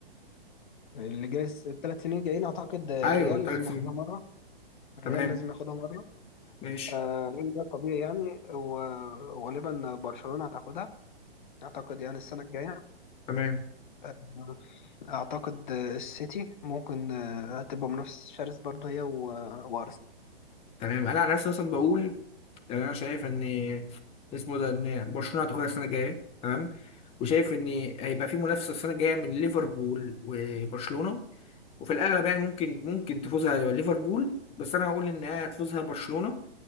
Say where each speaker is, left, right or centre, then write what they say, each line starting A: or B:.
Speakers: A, on the left; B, on the left.
A: اللي جاي الثلاث سنين جايين اعتقد الريال
B: ايوه ثلاث
A: لازم ياخدها
B: سنين
A: مره الريال
B: تمام
A: لازم ياخدها مره
B: ماشي
A: آه لان ده طبيعي يعني و- وغالبا برشلونه هتاخدها اعتقد يعني السنه الجايه
B: تمام
A: آه، اعتقد آه، السيتي ممكن آه، هتبقى منافس شرس برضه هي و- وارسنال
B: تمام انا على نفسي مثلا بقول يعني انا شايف ان اسمه ده ان برشلونه هتاخدها السنه الجايه تمام وشايف ان هيبقى في منافسه السنه الجايه من ليفربول وبرشلونه وفي الاغلب يعني ممكن ممكن تفوزها ليفربول بس انا هقول ان هي هتفوزها برشلونه